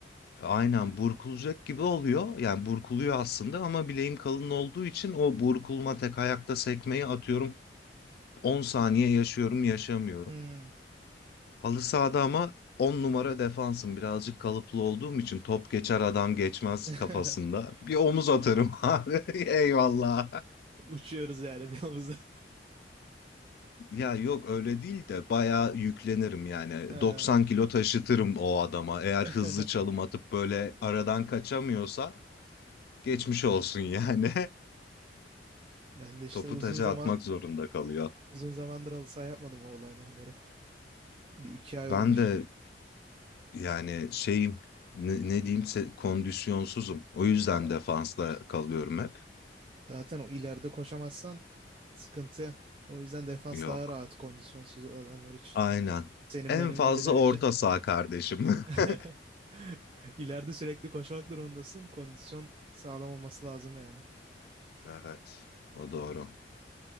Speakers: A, on the left; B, on the right.
A: Aynen burkulacak gibi oluyor. Yani burkuluyor aslında ama bileğim kalın olduğu için o burkulma tek ayakta sekmeyi atıyorum. 10 saniye yaşıyorum, yaşamıyorum.
B: Hmm.
A: Halı sahada ama 10 numara defansım. Birazcık kalıplı olduğum için top geçer adam geçmez
B: <laughs>
A: kafasında. Bir omuz atarım <laughs> abi. Eyvallah.
B: Uçuyoruz yani bir omuzda. <laughs>
A: Ya yok öyle değil de bayağı yüklenirim yani
B: Ha.
A: 90 kilo taşıtırım o adama eğer
B: <laughs>
A: hızlı çalım atıp böyle aradan kaçamıyorsa geçmiş olsun yani
B: Ben
A: <laughs>
B: de işte
A: topu
B: uzun
A: taca
B: zaman
A: atmak zorunda kalıyor.
B: uzun zamandır halı saha yapmadım o olaydan beri. Bir iki ay
A: Ben
B: olmuştur.
A: de yani şeyim ne, ne diyeyim se- kondisyonsuzum o yüzden
B: Yani
A: defansta
B: işte
A: kalıyorum hep
B: Zaten o ileride koşamazsan sıkıntı. O yüzden defans
A: yok
B: daha rahat kondisyonsuz adamlar için.
A: aynen
B: Senin
A: en
B: benim
A: fazla
B: gibiler
A: orta
B: için.
A: saha kardeşim.
B: <laughs>
A: <laughs>
B: İleride sürekli koşmak durumundasın. Kondisyon sağlam olması lazım yani.
A: Evet o doğru.